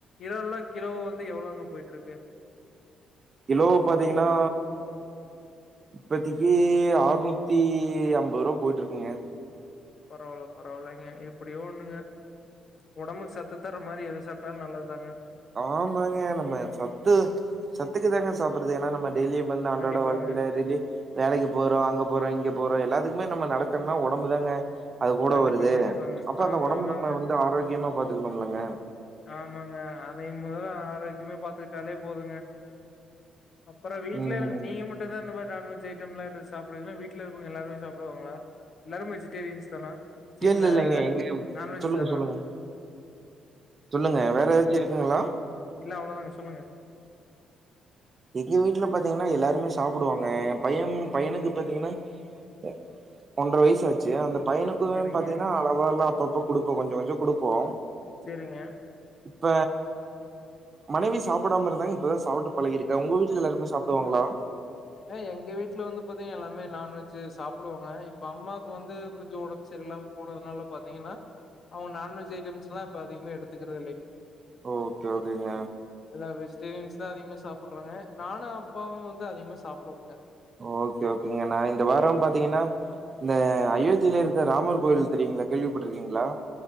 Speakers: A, on the left (about 50°); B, on the right (about 40°).
A: இறால்லா கிலோ வந்து எவ்ளோங்க போயிட்ருக்கு
B: கிலோ பாத்தீங்கன்னா இப்பத்திக்கி ஆறநூத்தி அம்பதுரூவா போயிட்ருக்குங்க
A: பரவால்ல பரவால்லேங்க எப்புடியோ ஒண்ணுங்க ஒடம்புக்கு சத்து தர்ற மாரி எது சாப்ட்டாலு நல்லது தாங்க
B: ஆமாங்க நம்ம சத்து சத்துக்கு தாங்க சாப்புட்றது ஏன்னா நம்ம டெய்லியும் வந்து அன்றாட
A: கண்டிப்பாங்க
B: வாழ்க்கையில டெலி வேலக்கி போறோ அங்க போறோ இங்க போறோ எல்லாத்துக்குமே நம்ம நடக்கணுன்னா ஒடம்பு தாங்க அது கூட
A: கண்டிப்பா
B: வருது
A: கண்டிப்பாங்க
B: அப்போ அந்த
A: ஆமா
B: ஒடம்ப
A: ஆமாங்க
B: நம்ம வந்து ஆரோக்கியமா பாத்துக்கணும்லங்க
A: ஆமாங்க அதயே மொதல்ல ஆரோக்கியமா பாத்துக்கிட்டாலே போதுங்க அப்பறோ வீட்ல
B: ம்
A: இருங்க நீங்க மட்டுந்தா இந்த மாரி நான்வெஜ் ஐட் ட்டம்லா எடுத்து சாப்புடுவீங்களா வீட்ல இருக்கவுங்க எல்லாருமே சாப்புடுவாங்களா எல்லாரும் வெஜிடேரியன்ஸ் தானா
B: ங்கே
A: சீ இல்ல
B: இல்லல்லேங்க இங்க
A: நான்வெஜ்
B: சொல்லுங்க
A: தானா
B: சொல்லுங்க சொல்லுங்க வேற எதாச்சு இருக்குங்களா
A: இல்ல அவ்ளோதாங்க சொல்லுங்க
B: எங்க வீட்டுல பாத்தீங்கன்னா எல்லாருமே சாப்புடுவாங்க எம் பயம் பையனுக்கு பாத்தீங்கன்னா எ ஒன்றர வயசு ஆச் சேர் அந்த பையனுக்கும்
A: சேரிங்க
B: பாத்தீங்கன்னா அளவா எல்லா அப்பப்ப குடுப்போ கொஞ்ச கொஞ்ச குடுப்போம்
A: செரிங்க
B: இப்ப மனைவி சாப்புடாம இருந்தாங்க இப்பதா சாப்புட்டு பழகி இருக் ங்க உங்க வீட்ல எல்லாருமே சாப்புடுவாங்களா
A: அ எங்க வீட்டுல வந்து பாத்தீங்க எல்லாமே நான்வெஜ்ஜு சாப்புடுவாங்க இப்ப அம்மாக்கு வந்து கொஞ்ச ஓடம்பு சரியில்லாம போனதுனால பாத்தீங்கென்னா அவுங்க நான்வெஜ் ஐட்டம்ஸ்லா இப்ப அதிகமா எடுத்துக்குறது இல்லேங்க
B: ஓ ஓகே ஓகேங்க
A: எல்லா வெஜிடேரியன்ஸ் தா அதிகமா சாப்புட்றாங்க நானு அப்பாவும் வந்து அதிகமா சாப்புடுவோங்க
B: ஓகே ஓகேங்க நா இந்த வாரம் பாத்தீங்கென்னா இந்த அயோத்தில இருக்குற ராமர் கோயில் தெரியுங்களா கேள்விப்பட்ருக்கீங்களா